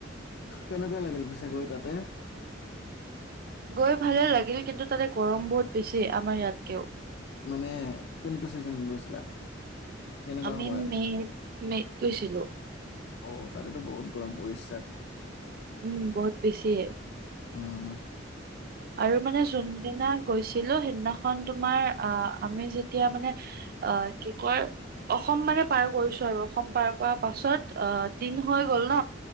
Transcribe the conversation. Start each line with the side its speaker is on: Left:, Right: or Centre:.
Left: কেনেকুৱা লাগিল পিছে গৈ তাতে?
Right: গৈ ভালে লাগিল কিন্তু তাতে গৰম বহুত বেছি আমাৰ ইয়াতকেও।
Left: মানে কোনটো ছিজনত গৈছিলা? কেনেকুৱা
Right: আমি
Left: সময়ত
Right: মেৰ - মে'ত গৈছিলোঁ।
Left: অ তাতেতো বহুত গৰম উৰিষ্যাত।
Right: উম বহুত বেছিয়ে।
Left: উম।
Right: আৰু মানে যোনদিনা গৈছিলোঁ সেইদিনাখন তোমাৰ আ - আমি যেতিয়া মানে অ কি কয় অসম মানে পাৰ কৰিছো আৰু অসম পাৰ কৰা পাছত অ দিন হৈ গ'ল ন